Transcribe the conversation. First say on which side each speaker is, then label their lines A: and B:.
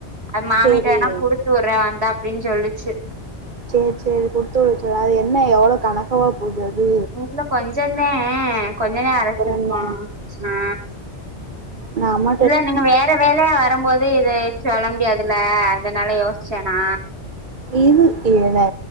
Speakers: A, on the right; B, on the right.
A: அது மாமிட்ட
B: சேரி
A: வேணா குடுத் து விட்றே வந்தா அப்டின் சொல்லுச்சி
B: சேரி சேரி குடுத்துவிட சொல் அது என்ன எவ்ள கணக்கவா போது அது
A: இல்ல கொஞ்சந்தே கொஞ்சந்தே
B: ஆ
A: அரச்சிருக்கோ
B: அப்புறோ என்ன
A: ஆ
B: நாமோ
A: இல்ல நீங்க வேற வேலயா வரம்போது இத சொல்ல முடியாதுல்ல அதுனால யோசிச்சே நா
B: இது இதுனா